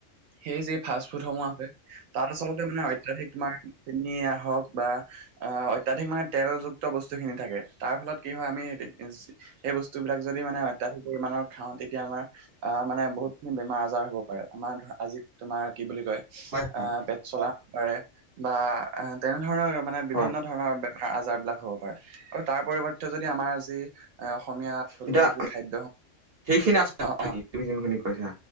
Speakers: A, on the right (about 80°); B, on the right (about 50°).
A: সেই যে ফাষ্ট ফুড সোমোৱা হয় তাত আচলতে মানে অত্যাধিক তোমাৰ <unintelligible> হওক বা আহ অত্যাধিক মানে তেলযুক্ত বস্তু খিনি থাকে, তাৰ ফলত কি হয় আমি সেই বস্তু বিলাক যদি মানে, অত্যাধিক ইমানৰ খাওঁ তেতিয়া আমাৰ আহ মানে বহুতখিনি বেমাৰ আজাৰ হ'ব পাৰে, আমাৰ ধৰা আজি তোমাৰ কি বুলি কয় আহ
B: হয় হয়
A: পেট জলাব পাৰে বা এ তেনেধৰণৰ মানে বিভিন্ন
B: হয়
A: ধৰণৰ আজাৰ বিলাক হ'ব পাৰে, আৰু তাৰ পৰিৱৰ্তে যদি আমাৰ আজি এ অসমীয়া থলুৱা
B: এতিয়া
A: যি খাদ্য
B: সেইখিনি
A: অ
B: <unintelligible>
A: অ
B: কৈছা